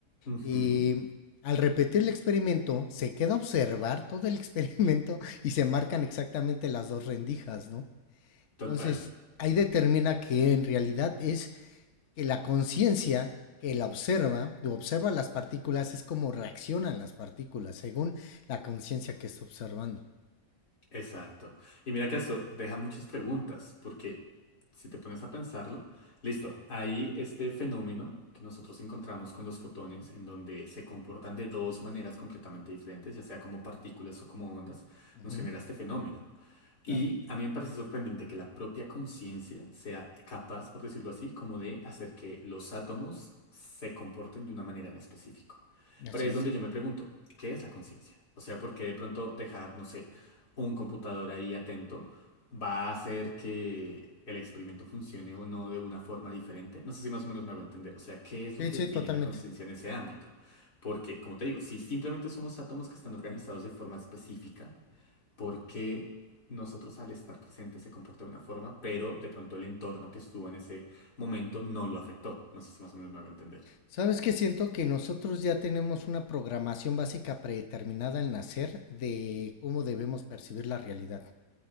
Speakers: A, on the left; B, on the left.
A: Ujú,
B: Y al repetir el experimento, se queda a observar todo el <laughs> experimento y se marcan exactamente las dos rendijas, ¿no?
A: Total.
B: Entonces, ahí determina que en realidad es que la conciencia que la observa o observa las partículas es como reaccionan las partículas según la conciencia que está observando.
A: Exacto. Y mira que esto deja muchas preguntas, porque si te pones a pensarlo, listo, hay este fenómeno que nosotros encontramos con los fotones, en donde se comportan de dos maneras completamente diferentes, ya sea como partículas o como ondas,
B: Ujú,
A: nos genera este fenómeno. Y
B: claro,
A: a mí me parece sorprendente que la propia conciencia sea capaz, por decirlo así, como de hacer que los átomos se comporten de una manera en específico.
B: así
A: Pero ahí es
B: es.
A: donde yo me pregunto, ¿qué es la conciencia? O sea, ¿por qué de pronto dejar, no sé, un computador ahí atento va a hacer que el experimento funcione o no de una forma diferente? No sé si más o menos me hago entender. O sea, ¿qué es lo
B: Sí,
A: que
B: sí,
A: define
B: totalmente.
A: la conciencia en ese ámbito? Porque, como te digo, si simplemente somos átomos que están organizados de forma específica, porque nosotros al estar presentes se comporta de una forma, pero de pronto el entorno que estuvo en ese momento no lo afectó. No sé si más o menos me a entender.
B: ¿Sabes qué? Siento que nosotros ya tenemos una programación básica predeterminada al nacer de cómo debemos percibir la realidad.